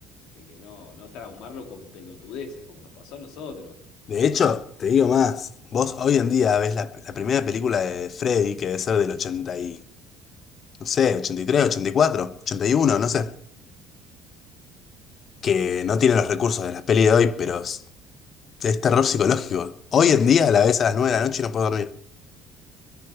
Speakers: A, on the left (about 75°); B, on the left (about 45°).
A: de que no, no traumarlo con pelotudeces, como nos pasó a nosotros.
B: De hecho, te digo más, vos hoy en día ves la, la primera película de Freddy, que debe ser del 80 y, no sé, ochenta ochenta y y tres ochenta y cuatro ochenta y uno no sé, que no tiene los recursos de las pelis de hoy, pero es, es terror psicológico. Hoy en día la ves a las 9 de la noche y no puedo dormir,